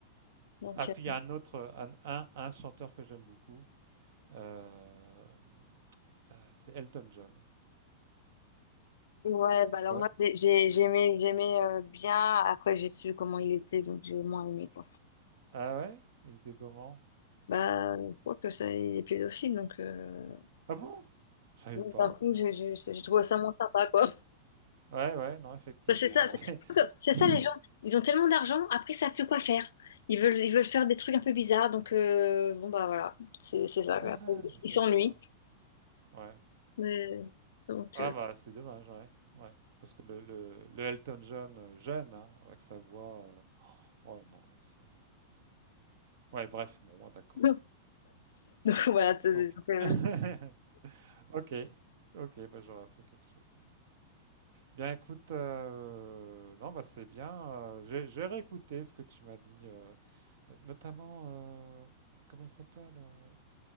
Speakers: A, on the left; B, on the right.
A: Donc,
B: Ah,
A: euh,
B: puis il y a un autre, un, un, un chanteur que j'aime beaucoup. euh, euh, c'est Elton John.
A: ouais, bah alors
B: Ouais.
A: moi, j'ai- j'ai- j'aimais, j'aimais euh, bien. Après, j'ai su comment il était, donc j'ai moins aimé, quoi.
B: Ah ouais? Il était comment?
A: Bah, je crois que ça, il est pédophile, donc, euh,
B: Ah bon? Je savais
A: donc
B: pas.
A: d'un coup, j'ai j'ai- j'ai trouvé ça moins sympa, quoi.
B: Ouais, ouais, non, effectivement,
A: Bah, c'est ça, c'est
B: ouais.
A: je crois que c'est
B: <laughs>
A: ça, les gens, ils ont tellement d'argent, après, ils savent plus quoi faire. Ils veulent, ils veulent faire des trucs un peu bizarres, donc euh, bon, bah voilà, c'est c'est ça,
B: Ah,
A: quoi.
B: je savais
A: Ils s'ennuient.
B: pas. Ouais.
A: Mais- Donc,
B: Ah
A: euh,
B: bah c'est dommage, ouais. Ouais. Parce que le, le, le Elton John euh, jeune, hein, avec sa voix. euh, Oh non, ouais, c'est. Ouais, bref, bon, moi d'accord.
A: <laughs> Donc voilà, c'est-
B: Tant pis.
A: donc, euh,
B: <laughs> Ok. Ok, bah, j'aurais appris quelque chose. Bien écoute, euh, non, bah c'est bien. euh, j'ai j'ai réécouté ce que tu m'as dit euh, Heu, notamment, heu, comment il s'appelle, heu?